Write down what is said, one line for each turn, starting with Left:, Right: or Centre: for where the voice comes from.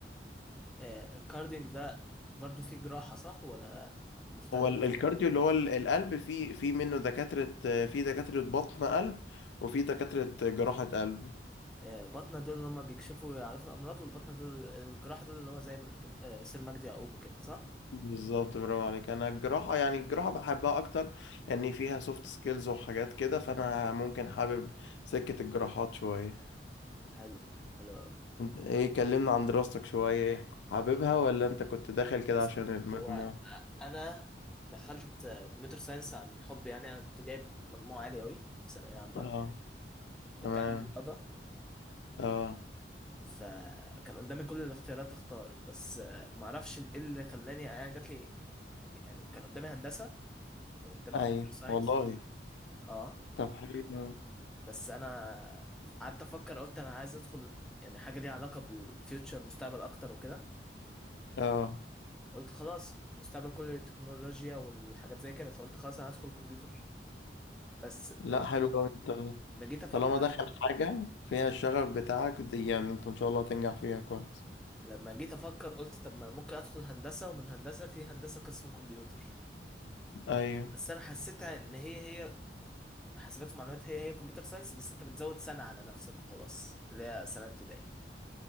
Centre: آه الكاردينج ده برضو فيه جراحة صح ولا مختلف
Left: هو ال- الكارديو اللي هو ال- القلب في في منه دكاترة في دكاترة بطن قلب وفي دكاترة جراحة قلب
Centre: آه بطنة دول اللي هم بيكشفوا ويعرفوا الأمراض والبطنة دول الجراحة دول اللي هم زي ما دك- آه سير مجدي يعقوب كده صح
Left: بالظبط برافو عليك أنا الجراحة يعني الجراحة بحبها أكتر لأن فيها سوفت سكيلز وحاجات كده فأنا ممكن حابب سكة الجراحات شوية
Centre: حلو حلو أوي.
Left: انت ايه كلمنا عن دراستك شوية ايه حاببها ولا انت كنت داخل كده
Centre: بص
Left: عشان المجموع
Centre: هو أنا دخلت كمبيوتر ساينس عن حب يعني أنا كنت جايب مجموعة عالية أوي في ثانوية عامة
Left: اه تمام
Centre: كنت علمي رياضة
Left: اه
Centre: فكان قدامي كل الاختيارات اختار بس آه، ما اعرفش ايه اللي خلاني يعني جات لي يعني كان قدامي هندسه كان قدامي
Left: اي
Centre: كمبيوتر ساينس
Left: والله
Centre: اه
Left: طب حلو أوي.
Centre: بس انا قعدت افكر قلت انا عايز ادخل يعني حاجه ليها علاقه بالفيوتشر المستقبل اكتر وكده
Left: اه
Centre: قلت خلاص المستقبل كله التكنولوجيا والحاجات زي كده فقلت خلاص انا هدخل كمبيوتر بس
Left: لا
Centre: لما
Left: حلو أوي. انت
Centre: لما جيت افكر
Left: طالما داخل حاجة فيها الشغف بتاعك دي يعني انت ان شاء الله تنجح فيها كويس
Centre: لما جيت افكر قلت طب ما ممكن ادخل هندسه ومن هندسه في هندسه قسم كمبيوتر
Left: ايوه
Centre: بس انا حسيتها ان هي هي حاسبات ومعلومات هي هي كمبيوتر ساينس بس انت بتزود سنة على نفسك وخلاص اللي هي سنة ابتدائي